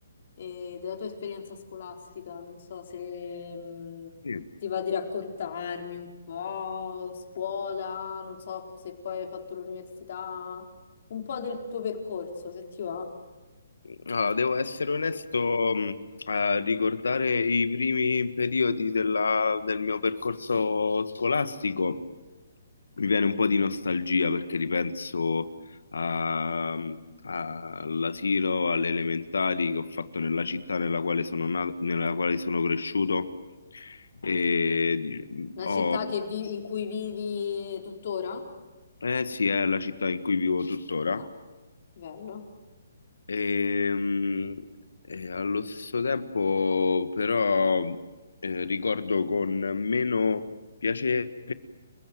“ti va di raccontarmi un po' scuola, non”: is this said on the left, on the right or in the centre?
Left